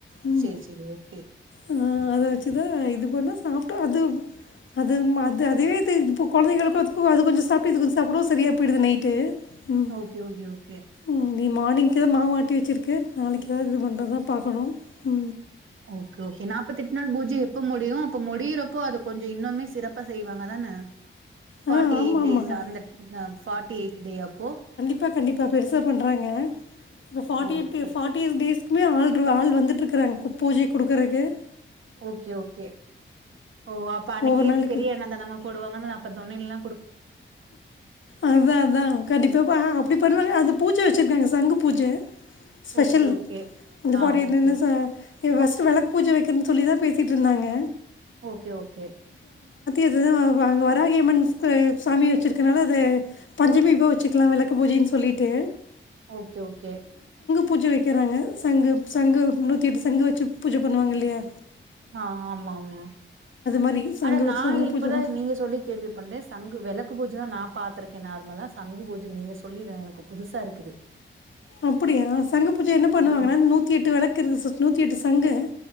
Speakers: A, on the left; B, on the right.
A: ம்
B: சேரி சேரி ஓகே
A: ஆ அத வச்சுதா இது பண்ணோ சாப்ட்டோ அது அது அது அதுவே இது இப்போ குழந்தைங்களுக்கு அதுக்கு அது கொஞ்ச சாப்பிட்டு இது கொஞ்சோ சாப்டவு சரியா போயிறுது நைட்டு ம்
B: ஓகே ஓகே ஓகே
A: ம் நீ மார்னிங்கே மாவாட்டி வச்சுருக்க நாளைக்கு தா இது பண்ணுறத பாக்கணு உ
B: ஓ ஓகே நாப்பத் எட்டு நாள் பூஜ எப்ப முடியு அப்ப முடியிற இப்போ அது கொஞ்சோ இன்னுமே சிறப்பா செய்வாங்க தானே ஃபார்ட்டி
A: ஆ ஆமாம்
B: எயிட்
A: ஆமாம்
B: டேஸ் அந்த ஃபார்ட்டி எயிட்த் டே அப்போ
A: இப்ப கண்டிப்பா பெருசா பண்றாங்க forty eight
B: okay
A: day forties days எப்பவுமே ஆளரூவ ஆள் வந்துட்டு இருக்கறாங்க பூஜ குடுக்கரக்கு
B: ஓகே ஓகே ஓ அப்ப அன்னக்கி
A: ஒவ்வொரு நாளைக்கு
B: பெரிய அன்னதானமா போடுவாங்க இப்போ தொன்னைலயெல்லா
A: அதா அதா கண்டிப்பா அப்டி பண்ணுவாங்க அது பூஜ வச்சிருக்காங்க சங்கு பூஜ ஸ்பெஷல்
B: ஓகே ஓகே.
A: அந்த
B: ஆ
A: ஃபாட்டி எயிட்
B: ஓகே.
A: நிமிஷ ஏ ஃபஸ்டு விளக்கு பூஜ வைக்கிறேனு சொல்லி தா பேசிட்டு இருந்தாங்க
B: ஓகே ஓகே
A: இது வராகிய அம்மன் சாமி வச்சிருக்கனால அத பஞ்சமி அப்ப வச்சுக்கலா விளக்கு பூஜைன்னு சொல்லிட்டு
B: ஓகே ஓகே
A: பூஜ வைக்கிறாங்க சங்கு சங்கு நூத்தி எட்டு சங்கு வச்சு பூஜ பண்ணுவாங்க இல்லயா
B: ஆ ஆமா ஆமா
A: மாதிரி சங்கு
B: ஆனா
A: வச்சு
B: நா
A: சங்கு
B: இப்பதா
A: பூஜை பண்ண
B: நீங்க சொல்லி கேள்வி பண்றே சங்கு விளக் க்கு பூஜை நா பாத்திருக்கே நார்மலா சங்கு பூஜ நீங்க சொல்லி எனக்கு புதுசா இருக்குது
A: அப்டியா சங்க பூஜ என்ன பண்ணுவாங்கன்னா
B: ம்.
A: நூத்தி எட்டு விளக்கு இருக்கு நூத்தி எட்டு சங்கு